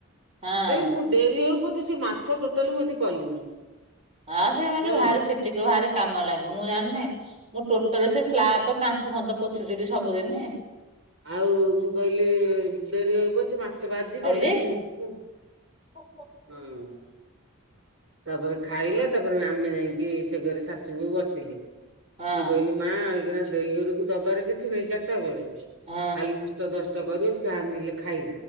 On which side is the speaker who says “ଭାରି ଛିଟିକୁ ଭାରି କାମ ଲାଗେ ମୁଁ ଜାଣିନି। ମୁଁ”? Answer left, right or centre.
Right